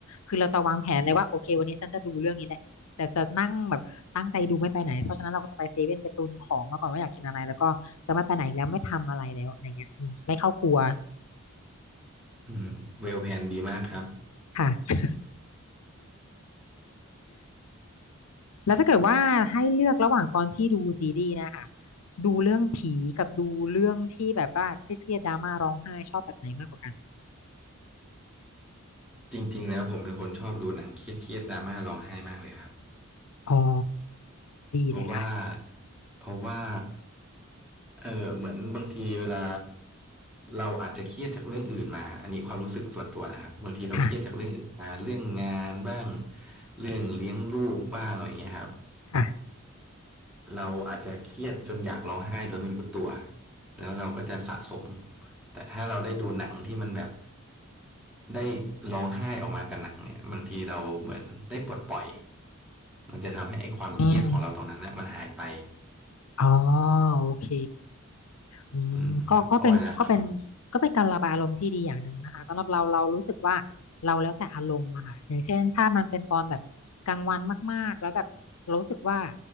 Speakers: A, on the left; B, in the centre.
A: คือเราจะวางแผนเลยว่าโอเควันนี้ฉันจะดูเรื่องนี้แหละแต่จะนั่งแบบตั้งใจดูไม่ไปไหนเพราะฉะนั้นเราก็จะไปเซเว่นไปตุนของมาก่อนว่าอยากกินอะไรแล้วก็จะไม่ไปไหนอีกแล้วไม่ทำอะไรแล้วอะไรเงี้ยอืมไม่เข้าครัว
B: อืมเวลแพนดีมากครับ
A: ค่ะแล้วถ้าเกิดว่าให้เลือกระหว่างตอนที่ดูซีรีส์นะคะดูเรื่องผีกับดูเรื่องที่แบบว่าเครียดๆดราม่าร้องไห้ชอบแบบไหนมากกว่ากัน
B: จริงๆแล้วผมเป็นคนชอบดูหนังเครียดเครียดดราม่าร้องไห้มากเลยครับ
A: อ๋อดีเลยค่ะ
B: เพราะว่าเพราะว่าเออเหมือนบางทีเวลาเราอาจจะเครียดจากเรื่องอื่นมาอันนี้ความรู้สึกส่วนตัวนะครับบางทีเราเครียดจากเรื่องอื่นมาเรื่องงานบ้าง
A: ค่ะ
B: เรื่องเลี้ยงลูกบ้างอะไรอย่างเงี้ยครับ
A: ค่ะ
B: เราอาจจะเครียดจนอยากร้องไห้โดยไม่รู้ตัวแล้วเราก็จะสะสมแต่ถ้าเราได้ดูหนังที่มันแบบ ได้ร้องไห้ออกมากับหนังเนี่ยบางทีเราเหมือนได้ปลดปล่อยมันจะทำให้ไอ้ความเครียดของเราตรงนั้นนะมันหายไป
A: อืมอ๋อโอเคอืมก็ก็เป็นก็เป็น
B: อืมแล้วอ้อยล่ะครับ
A: ก็เป็นการระบายอารมณ์ที่ดีอย่างหนึ่งนะคะสำหรับเราเรารู้สึกว่าเราแล้วแต่อารมณ์อะค่ะอย่างเช่นถ้ามันเป็นตอนแบบกลางวันมากๆแล้วแบบรู้สึกว่า